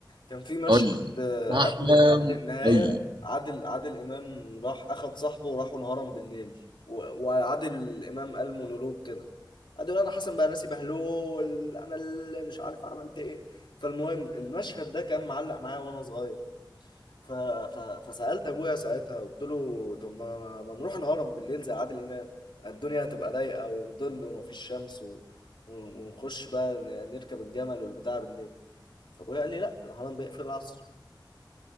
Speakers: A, on the left (about 75°); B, on the right (about 85°).
A: كان في مشهد
B: اي
A: آه،
B: احلام
A: قبل قبل النهاية
B: اي
A: عادل عادل إمام راح أخد صاحبه وراحوا الهرم بالليل و- وعادل إمام قال مونولوج كده قعد يقول أنا حسن بقى ناسي بهلول أنا اللي مش عارف عملت إيه فالمهم المشهد ده كان معلق معايا وأنا صغير ف... ف... فسألت أبويا ساعتها قلت له طب ما... ما ما نروح الهرم بالليل زي عادل إمام الدنيا هتبقى رايقة وظل ومفيش شمس و... ونخش بقى ن- نركب الجمل والبتاع بالليل فأبويا قال لي لأ الهرم بيقفل العصر